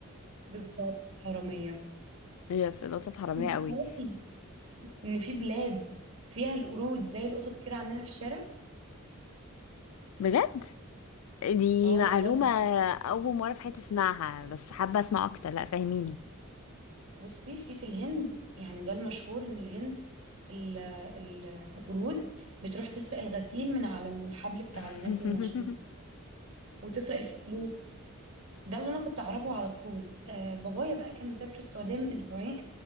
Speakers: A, on the right; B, on the left.
A: بالظبط حراميه
B: <laughs> يس القطط حرامية
A: انت
B: قوي
A: تعرفي ان في بلاد فيها القرود زي القطط كده عندنا في الشارع
B: بجد دي
A: اه
B: معلومة
A: والله
B: أول مرة في حياتي أسمعها بس حابة أسمع أكتر لأ فاهميني
A: بصي في في الهند يعني ده المشهور ان الهند ال- القرود بتروح تسرق الغسيل من على الحبل بتاع
B: <laughs>
A: الناس النشيطين وتسرق الفلوس ده اللي انا كنت اعرفه على طول آه بابايا بقى كان مسافر السعوديه من اسبوعين